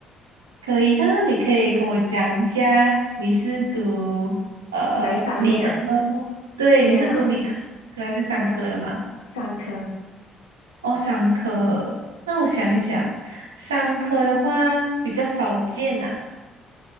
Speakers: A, on the right; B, on the left.
A: 可以，但是你可以跟我讲一下，你是读呃理科，
B: 哪一方面啊？
A: 对，
B: 没有，
A: 你是读理科还是商科的吗？
B: 呃，上课，
A: 哦，三科，那我想一想，三科的话比较少见啊，